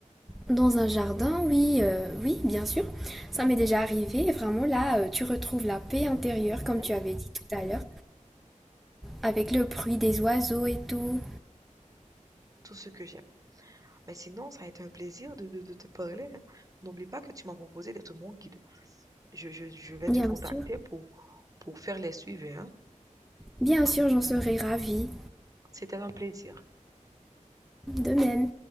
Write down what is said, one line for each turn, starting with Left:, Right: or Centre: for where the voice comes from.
Centre: dans un jardin, oui, euh, oui, bien sûr. Ça m'est déjà arrivé. Et vraiment, là, euh, tu retrouves la paix intérieure,
Right: Mhm,
Centre: comme tu avais dit tout à
Right: mhm.
Centre: l'heure, avec le bruit des oiseaux et tout.
Right: Tout ce que j'aime. Mais sinon, ça a été un plaisir de, de- de te parler, hein. N'oublie pas que tu m'as proposé d'être mon guide. Je, je, je vais
Centre: Bien
Right: te contacter
Centre: sûr.
Right: pour, pour faire les suivis, hein.
Centre: Bien sûr, j'en serais ravie.
Right: C'était un plaisir.
Centre: De même.